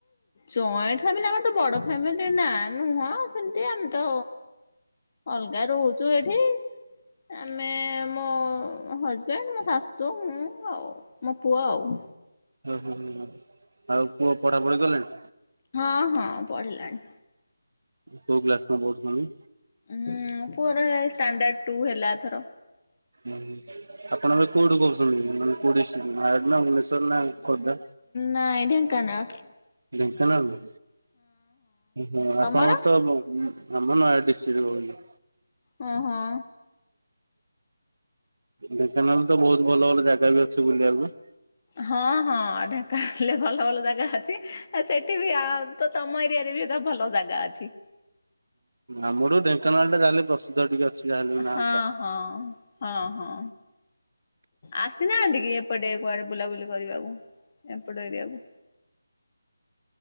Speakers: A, on the left; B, on the right.
A: ଜଏଣ୍ଟ ଫ୍ୟାମିଲି ଆମର ତ ବଡ ଫ୍ୟାମିଲି ନା ନୁହଁ ସେମତି ଆମ ତ ଅଲଗା ରହୁଛୁ ଏଠି ଆମେ ମୋ ହଜବେଣ୍ଡ ମୋ ଶାଶୁ ମୁଁ ଆଉ। ମୋ ପୁଅ ଆଉ
B: ହୁଁ ଆଉ ପୁଅ ପଢାପୁଢି କଲାଣି?
A: ହଁ ହଁ ପଡ଼ିଲାଣି।
B: କୋଉ କ୍ଲାସ କଣ ପଢୁଛନ୍ତି?
A: ହୁଁ ପୁଅର ଷ୍ଟାଣ୍ଡାଡ଼ ଟୁ ହେଲା ଏଥର।
B: ହୁଁ ଆପଣ କୋଉଠୁ କହୁଛନ୍ତି ମାନେ କୋଉଠି ଡିଷ୍ଟରୁ ନୟାଗଡ଼ ନା ଭୁବନେଶ୍ଵର ନା ଖୋର୍ଦ୍ଧା?
A: ନାଇ ଢେଙ୍କାନାଳ।
B: ଢେଙ୍କାନାଳ ହଁ ଆପଣଙ୍କର
A: ତମର?
B: ତ ଆମ ନୟଗଡ଼ ଡିଷ୍ଟ୍ରି ରୁ କହୁଲି।
A: ହଁ ହଁ।
B: ଢେଙ୍କାନାଳ ତ ବହୁତ ଭଲ ଭଲ ଜାଗା ବି ଅଛି ବୁଲିବାକୁ।
A: ହଁ ହଁ ଢେଙ୍କାନାଳ ରେ ଭଲ ଭଲ ଜାଗା ଅଛି ଆ ସେଠି ବି ଆଉ ତ ତମ ଏରିଆ ବି ଏତ ଭଲ ଜାଗା ଅଛି।
B: ଆମ ଠୁ ଢେଙ୍କାନାଳଟା କାଲି ପ୍ରସିଦ୍ଧ ଟିକେ ଅଛି। ଯାହାହେଲେ ବି ନା
A: ହଁ
B: ଟା
A: ହଁ ହଁ ହଁ। ଆସିନାହାନ୍ତି କି ଏପଟେ? କୁଆଡ଼େ ବୁଲାବୁଲି କରିବାକୁ ଏପଟ ଏରିଆକୁ?